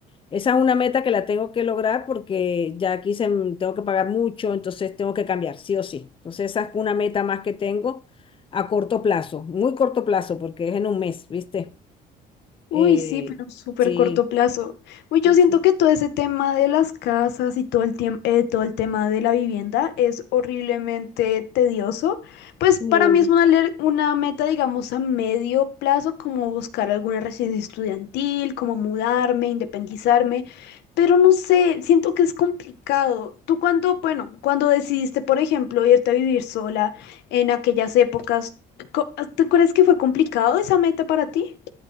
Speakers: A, on the left; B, on the left.
A: esa es una meta que la tengo que lograr porque ya aquí se, m- tengo que pagar mucho, entonces tengo que cambiar, sí o sí. Entonces esa es una meta más que tengo a corto plazo, muy corto plazo porque es en un mes, ¿viste?
B: Uy,
A: Eh,
B: sí, pero súper
A: sí,
B: corto plazo. Uy, yo
A: sí,
B: siento
A: sí,
B: que todo ese tema de las casas y todo el tiempo, todo el tema de la vivienda es horriblemente tedioso. Pues
A: muy.
B: para mí es una, le- una meta, digamos, a medio plazo, como buscar alguna residencia estudiantil, como mudarme, independizarme. Pero no sé, siento que es complicado. Tú cuando, bueno, cuando decidiste, por ejemplo, irte a vivir sola en aquellas épocas, co- ¿tú crees que fue complicado esa meta para ti?